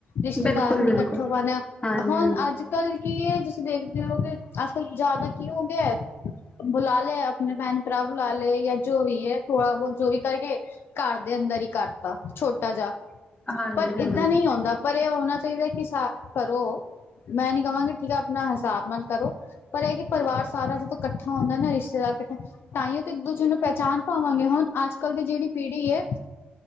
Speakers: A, on the left; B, on the left.
A: ਰਿਸ਼ਤੇਦਾਰ
B: ਬਿਲਕੁਲ
A: ਨੀ
B: ਬਿਲਕੁਲ
A: ਕੱਠੇ ਹੋ ਪਾਨੇ
B: ਹਾਂਜੀ
A: ਹੁਨ ਅੱਜ- ਕੱਲ੍ਹ ਕੀ ਐ ਤੁਸੀ ਦੇਖਦੇ ਹੋਓਗੇ ਅਜਕਲ ਜਆਦਾ ਕੀ ਹੋ ਗਿਐ। ਬੁਲਾ ਲੇ ਆਪਨੇ ਭੈਨ ਭਰਾ ਬੁਲਾ ਲੇ ਯਾ ਜੋ ਵੀ ਐ ਥੋੜਾ ਬੌਤ ਜੋ ਵੀ ਕਰਕੇ ਘਰ ਦੇ ਅੰਦਰ ਈ ਕਰਤਾ ਛੋਟਾ ਜਾ
B: ਹਾਂਜੀ
A: ਪਰ
B: ਹਾਂਜੀ ਹਾਂਜੀ
A: ਏਦਾਂ ਨਈ ਆਉਂਦਾ। ਪਰ ਏ ਹੋਨਾ ਚਾਈਦਾ ਕਿ ਸਾ ਕਰੋ ਮੈਂ ਨਈ ਕਵਾਂਗੀ ਠੀਕ ਆ ਆਪਨਾ ਹਿਸਾਬ ਨਾਲ ਕਰੋ। ਪਰ ਐ ਕਿ ਪਰਿਵਾਰ ਸਾਰਾ ਜਦੋ ਕੱਠਾ ਹੁੰਦਾ ਨਾ ਰਿਸ਼ਤੇਦਾਰ ਕੱਠੇ ਤਾਂਈ ਤੇ ਇੱਕ ਦੂਜੇ ਨੂੰ ਪਹਿਚਾਣ ਪਾਵਾਂਗੇ ਹੁਣ ਅੱਜ ਕੱਲ੍ਹ ਦੀ ਜੇੜੀ ਪੀੜ੍ਹੀ ਏ